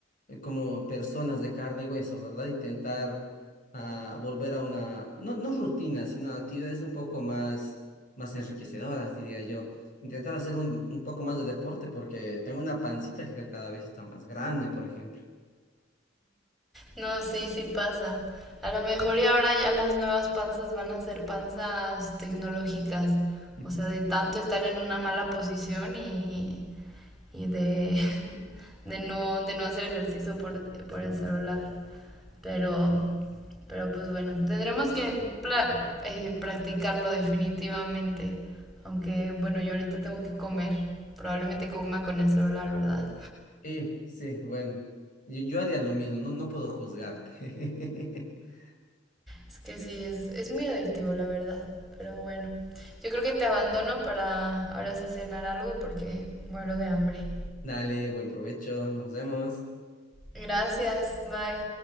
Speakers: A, on the left; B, in the centre.
A: eh, como personas de carne y hueso, ¿verdad? Intentar ah, volver a una, no, no rutina, sino actividades un poco más, más enriquecedoras, diría yo. Intentar hacer un, un poco más de deporte porque tengo una pancita que cada vez está más grande, por ejemplo.
B: No, sí, sí pasa. A lo mejor y ahora ya las nuevas panzas van a ser panzas tecnológicas.
A: <laughs>
B: O sea, de tanto estar en una mala posición y, y de, <laughs> de no, de no hacer ejercicio por, por el celular. Pero, pero pues bueno, tendremos que pla- eh, practicarlo definitivamente. Aunque bueno, yo ahorita tengo que comer. Probablemente coma con el celular, ¿verdad?
A: Y sí, bueno, yo, yo haría lo mismo, no, no puedo juzgarte. <laughs>
B: Es que sí, es, es muy adictivo, la verdad. Pero bueno, yo creo que te abandono para ahora sí cenar algo porque muero de hambre.
A: Dale, buen provecho, nos vemos.
B: Gracias, bye.